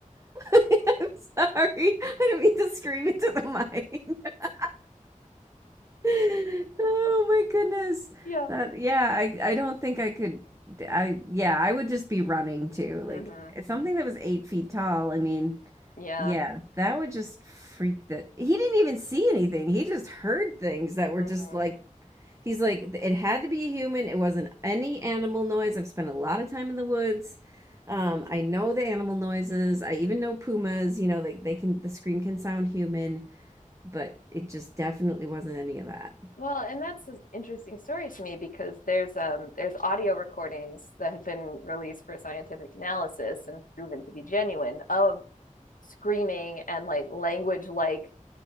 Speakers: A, on the right; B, on the left.
A: I'm sorry. I didn't mean to scream into the mic. <laughs> Oh my goodness.
B: yeah.
A: That yeah, I I don't think I could I yeah, I would just be running too. Like
B: hmm
A: something that was eight feet tall, I mean,
B: Yeah.
A: yeah, that would just freak the he didn't even see anything. He just heard things that were
B: hmm
A: just like He's like, it had to be a human. It wasn't any animal noise. I've spent a lot of time in the woods. Um, I know the animal noises. I even know pumas. You know, they they can the scream can sound human, but it just definitely wasn't any of that.
B: Well, and that's an interesting story to me because there's um there's audio recordings that have been released for scientific analysis and proven to be genuine of screaming and like language like